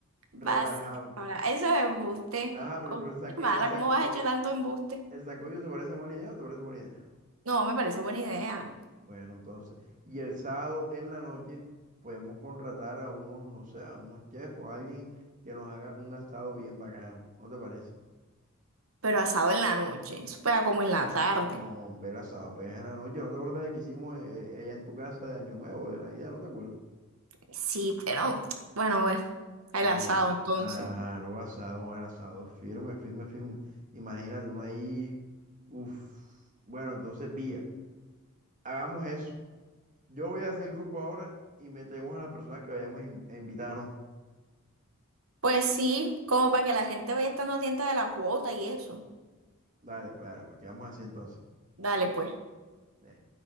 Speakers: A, on the right (about 40°); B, on the right (about 75°).
A: relajado.
B: vas a hablar. Eso es embuste.
A: Ajá, pero,
B: Oh,
A: pero el, sanco-
B: qué mala,
A: el, san-
B: ¿cómo vas
A: el,
B: a echar tanto embuste?
A: el sancocho ¿te parece mala idea o te parece buena idea?
B: No, me parece buena idea.
A: Bueno, entonces, y el sábado en la noche podemos contratar a unos, no sé, a unos chefs o a alguien que nos haga un asado bien bacano. ¿No te parece?
B: Pero asado en la noche, eso pega como en la tarde.
A: No, hombre, el asado, pues en la noche. ¿No te acuerdas del que hicimos eh, eh, allá en tu casa de Año Nuevo, de Navidad? ¿No te acuerdas?
B: Sí, pero bueno, bueno, el
A: No,
B: asado entonces.
A: aro asado, el asado firme, firme, firme. Imagínate uno ahí. Uf. Bueno, entonces, Villa, hagamos eso. Yo voy a hacer el grupo ahora y metemos a las personas que vayamos a in- a invitar, ¿no?
B: Pues sí, como para que la gente vaya estando atenta de la cuota y eso.
A: Dale, pues, dale, pues quedamos así entonces. pues.
B: Dale, pues.
A: Ve.